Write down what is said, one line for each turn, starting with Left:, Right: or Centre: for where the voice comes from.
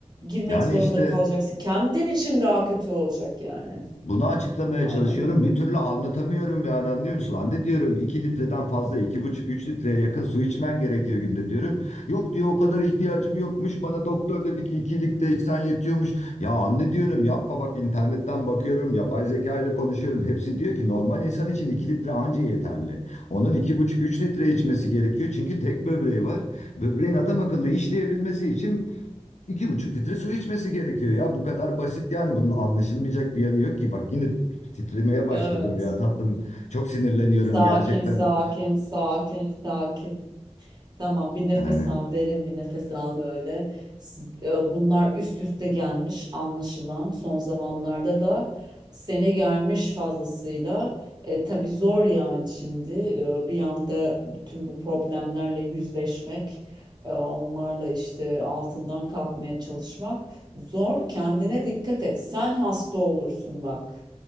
Right: Girmek
Left: Yani
Right: zorunda
Left: işte
Right: kalacaksın. Kendin için daha kötü olacak yani.
Left: Bunu açıklamaya
Right: Anlamıyorum
Left: çalışıyorum. Bir
Right: bunu.
Left: türlü anlatamıyorum yani anlıyor musun? Anne diyorum 2 litreden fazla iki buçuk üç litreye yakın su içmen gerekiyor günde diyorum. Yok diyor o kadar ihtiyacım yokmuş. Bana doktor dedi ki 2 litre içsen yetiyormuş. Ya anne diyorum yapma bak internetten bakıyorum. Yapay zeka ile konuşuyorum. Hepsi diyor ki normal insan için 2 litre anca yeterli. Onun iki buçuk üç litre içmesi gerekiyor. Çünkü tek böbreği var. Böbreğin adam akıllı işleyebilmesi için İki buçuk litre su içmesi gerekiyor ya. Bu kadar basit yani bunun anlaşılmayacak bir yanı yok ki. Bak yine titremeye başladım
Right: Evet.
Left: ya tatlım. Çok sinirleniyorum
Right: Sakin,
Left: gerçekten.
Right: sakin, sakin, sakin. Tamam, bir nefes
Left: Yani.
Right: al, derin bir nefes al böyle. S- e, Bunlar üst üste gelmiş anlaşılan. Son zamanlarda da seni gelmiş fazlasıyla. E, tabii zor yani şimdi e, bir anda bütün bu problemlerle yüzleşmek, e, onlarla işte altından kalkmaya çalışmak zor. Kendine dikkat et. Sen hasta olursun bak.